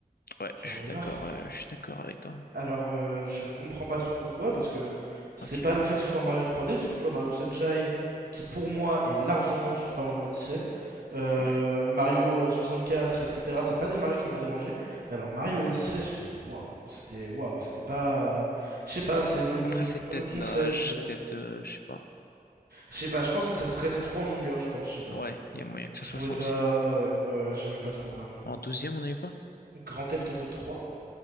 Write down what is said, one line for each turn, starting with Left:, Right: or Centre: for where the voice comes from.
Left: ouais,
Right: J'en
Left: je suis
Right: ai eu
Left: d'accord,
Right: marre.
Left: euh, je suis d'accord avec toi.
Right: Alors, euh, je comprends pas trop pourquoi, parce que c'est
Left: Ok,
Right: pas le fait
Left: bon,
Right: que ce soit Mario 3D, parce que tu vois, Mario Sunshine, qui pour moi est largement au-dessus de Super Mario Odyssey, euh,
Left: ouais.
Right: Mario 64, etc., c'est pas des Mario qui m'ont dérangé, mais alors Mario Odyssey, j'ai. Waouh, c'était. Waouh, c'était pas. Je sais pas, c'est le,
Left: Après, c'est peut-être
Right: le concept.
Left: l'âge, peut-être, euh, je sais pas.
Right: Je sais pas, je pense que ça se traînait trop en longueur, je pense, je sais pas.
Left: Ouais, il y a moyen que ça
Right: Je
Left: soit
Right: trouvais
Left: ça
Right: ça.
Left: aussi.
Right: Ouais, euh, j'aimais pas trop vraiment.
Left: En douzième, on a eu quoi?
Right: Grand Theft Auto 3,